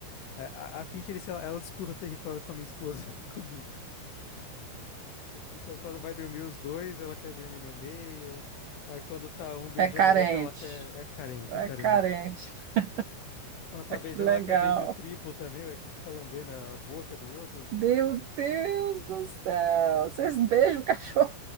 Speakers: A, on the left; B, on the right.
A: A, a a Pinscher, ele- ela, ela disputa território com a minha esposa, <laughs> comigo. Então, quando vai dormir os dois, ela quer dormir no meio. Aí, quando tá um beijando
B: É carente.
A: o outro, ela quer. É carente,
B: É
A: é carente.
B: carente. <laughs>
A: Quando tá beijando,
B: Que legal.
A: ela quer beijo triplo também, vai que fica lambendo a boca do outro.
B: Meu
A: <laughs>
B: Deus do céu. Vocês beijam o cachorro?